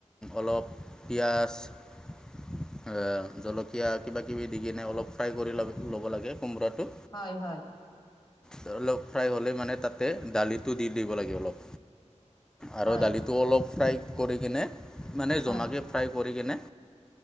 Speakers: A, in the centre; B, on the left.
A: অলপ পিঁয়াজ আহ' জলকীয়া কিবা কিবি দি কিনে অলপ ফ্ৰাই কৰি ল ল'ব লাগে কোমোৰাটো।
B: হয় হয়।
A: ধৰি লগ ফ্ৰাই হ'লেই মানে তা তাতে দালিটো দি দিব লাগে অলপ আৰু
B: হয়,
A: দালিটো অলপ ফ্ৰাই কৰি কিনে মানে
B: হয়, হয়,
A: জমাকৈ ফ্ৰাই কৰিকেনে